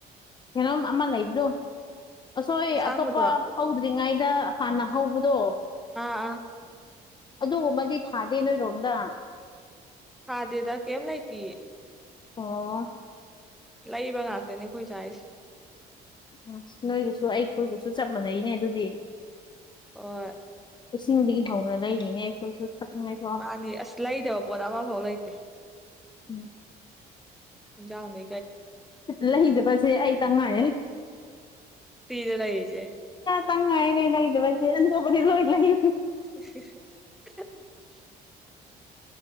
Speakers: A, on the left (about 25°); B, in the centre.
A: ꯀꯦꯩꯅꯣꯝ ꯑꯃ ꯂꯩꯕꯗꯣ ꯑꯁꯣꯏ
B: ꯑꯁꯥꯡꯕꯗꯣ
A: ꯑꯇꯣꯞꯄ
B: ꯑꯥ
A: ꯍꯧꯗ꯭ꯔꯤꯉꯩꯗ ꯍꯥꯟꯅ ꯍꯧꯕꯗꯣ
B: ꯑꯥ ꯑꯥ
A: ꯑꯗꯨꯒꯨꯝꯕꯗꯤ ꯊꯥꯗꯦ ꯅꯣꯏꯔꯣꯝꯗ
B: ꯍꯥꯥ ꯗꯦꯗꯥ ꯀꯦꯝ ꯂꯥꯛꯇ
A: ꯑꯣ
B: ꯂꯩꯕ ꯉꯥꯛꯇꯅꯦ ꯑꯩꯈꯣꯏ ꯆꯔꯤꯁꯦ
A: ꯎꯝ ꯅꯣꯏꯒꯁꯨ ꯑꯩꯈꯣꯏꯒꯁꯨ ꯆꯞ ꯃꯥꯟꯅꯩꯅꯦ ꯑꯗꯨꯗꯤ
B: ꯍꯣꯏ
A: ꯆꯤꯡꯗꯒꯤ ꯍꯧꯅ ꯂꯩꯔꯤꯅꯦ ꯑꯩꯈꯣꯏꯁꯨ ꯊꯛꯅꯤꯡꯉꯥꯏꯀꯣ
B: ꯃꯥꯅꯤ ꯑꯁ ꯂꯩꯗꯕ ꯄꯣꯠ ꯑꯃꯐꯥꯎ ꯂꯩꯇꯦ
A: ꯎꯝ
B: ꯌꯥꯅ
A: ꯂꯩꯗꯕꯁꯦ ꯑꯩ ꯇꯉꯥꯏ
B: ꯐꯤꯗ ꯂꯩꯏꯁꯦ
A: ꯇꯪ ꯉꯥꯏꯅꯦ ꯅꯩꯗꯕꯁꯦꯗꯧꯕꯗꯤ ꯂꯣꯏ ꯂꯩ
B: <inaudible>